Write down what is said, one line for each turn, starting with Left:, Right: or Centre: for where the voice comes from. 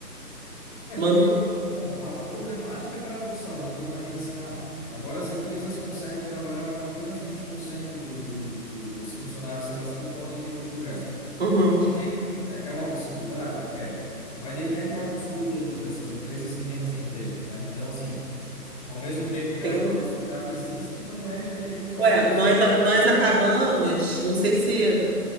Left: É
Right: manter.
Left: porque o- a, a- a problemática é paradoxal, né? Porque imagina assim, ah, agora as empresas conseguem trabalhar com apenas 20% do, do, do, dos funcionários que elas tinham, podem demitir o resto.
Right: Uhum,
Left: Ok, é, é uma possibilidade? É. Mas daí quem é que vai consumir o produto dessas empresas se ninguém mais tem emprego, né? Então, assim, Ao mesmo tempo que
Right: Sim.
Left: a, a possibilidade existe, não é inteligente fazer
Right: Ué,
Left: uso
Right: nós, a- nós
Left: dela.
Right: acabamos, não sei se,